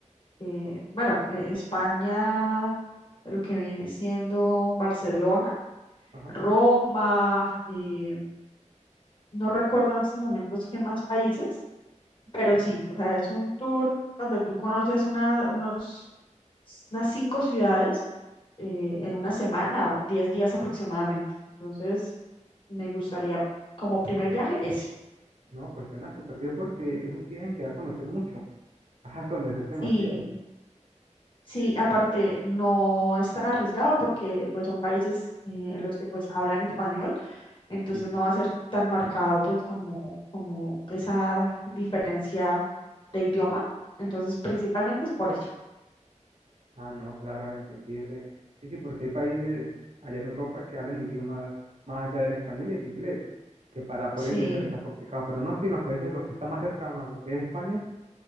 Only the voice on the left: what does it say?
eh, bueno, eh, España, lo que viene siendo Barcelona,
Roma, eh, no recuerdo en estos momentos qué más países, pero
sí, o sea, es un tour donde tú conoces una, unos unas cinco ciudades eh, en una semana o diez días aproximadamente. Entonces, me gustaría como primer viaje ese.
Y sí, aparte no es tan arriesgado porque pues son países eh, en los que pues hablan español, entonces
no va a ser tan marcado pues como, como esa diferencia de idioma. Entonces, principalmente es por eso.
Sí,